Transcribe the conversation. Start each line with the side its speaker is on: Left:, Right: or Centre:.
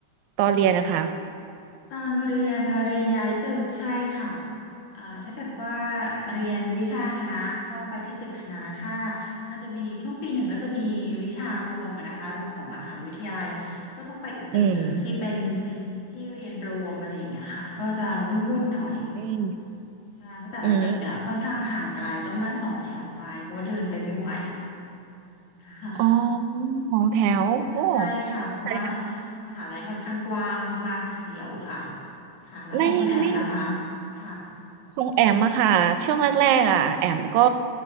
Right: ตอนเรียนนะคะ
Left: ตอนเรียนเรียนย้ายตึกใช่ค่ะเอ่อถ้าเกิดว่าเรียนวิชาคณะก็ไปที่ตึกคณะถ้ามันจะมีช่วงปีหนึ่งก็จะมีวิชารวมอะนะคะรวมของมหาวิทยาลัยก็ต้องไปอีกตึกหนึ่งที่เป็น
Right: อืม
Left: ที่เรียนรวมอะไรอย่างเงี้ยค่ะก็จะวุ่นๆหน่อย
Right: อืม
Left: ใช่เพราะแต่ละตึกเนี่ยค่อนข้างห่างไกลต้องนั่งสองแถวไปเพราะว่าเดินไปไม่ไหว
Right: อืม
Left: ค่ะ
Right: อ๋อสองแถวโอ้
Left: ใช่ใช่ค่ะเพราะว่า
Right: ไม
Left: <laughs> มหาลัยค่อนข้างกว้างมากๆทีเดียวค่ะค่ะแล้วของคุณแอมล่ะคะ
Right: ่ไม่
Left: ค่ะ
Right: คงแอมอะค่ะช่วงแรกๆอะแอมก็